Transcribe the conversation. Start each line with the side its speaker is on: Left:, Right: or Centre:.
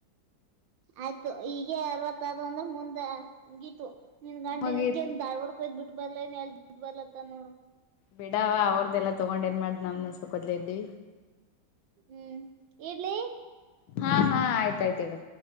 Right: ಆಯ್ತು ಈಗೆ ಅರವತ್ತದು ಅಂದ್ರೆ ಮುಂದೆ ಮುಗೀತು ನಿನ್ ಗಂಡ
Left: ಮುಗೀತ್
Right: ಇದ ಧಾರ್ವಾಡ್ ಹಯದ್ ಬಿಟ್ಟ ಬಲ ಏನ್ ಎಲ್ ಬಿಟ್ಟ ಬರ್ಲತ್ತ ನೋಡು
Left: ಬಿಡವಾ ಅವ್ರ್ದೆಲ್ಲ ತೊಗೊಂಡ್ ಏನ್ ಮಾಡ್ತ ನಮ್ಸ ಕೊದ್ಲ ಇದ್ವಿ
Right: ಹ್ಮ್ ಇಡ್ಲಿ
Left: ಹಾ ಹಾ ಆಯ್ತಾಯ್ತ ಇಡು